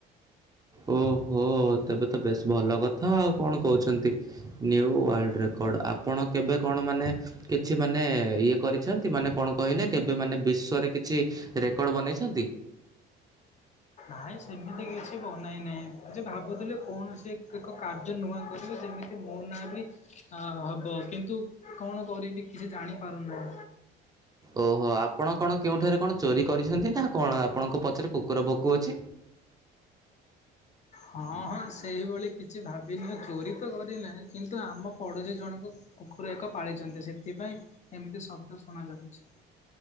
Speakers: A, on the right; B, on the left.
A: ଓହୋ ତେବେ ତ ବେଶ ଭଲ କଥା ଆଉ କଣ କହୁଛନ୍ତି ନି ୱାର୍ଡ ରେକର୍ଡ ଆପଣ କେବେ କଣ ମାନେ କିଛି ମାନେ ଇଏ କରିଛନ୍ତି ମାନେ କଣ କହିଲେ କେବେ ମାନେ ବିଶ୍ଵରେ କିଛି ରେକର୍ଡ ବନେଇଛନ୍ତି
B: ଭାଇ ସେମିତି କିଛି ବନାଇନାହିଁ କିଛି ଭାବୁଥିଲି କୌଣସି ଏକ କାର୍ଯ୍ୟ ନୂଆ କରିବି ସେମିତି ମୋ ନାଁ ବି ହବ କିନ୍ତୁ କଣ କରିବି କିଛି ଜାଣି ପାରୁନାହୁଁ
A: ଓହୋ ଆପଣ କଣ କେଉଁଠାରେ କଣ ଚୋରି କରିଛନ୍ତି ନା କଣ ଆପଣଙ୍କ ପଛରେ କୁକୁର ଭୋକୁ ଅଛି
B: ହଁ ହଁ ସେଇଭଳି କିଛି ଭାବିନି ଚୋରି ତ କରିନାହିଁ କିନ୍ତୁ ଆମ ପଡ଼ୋଶୀ ଜଣଙ୍କ କୁକୁର ଏକ ପାଳିଛନ୍ତି ସେଥିପାଇଁ ଏମିତି ଶବ୍ଦ ଶୁଣା ଯାଉଛି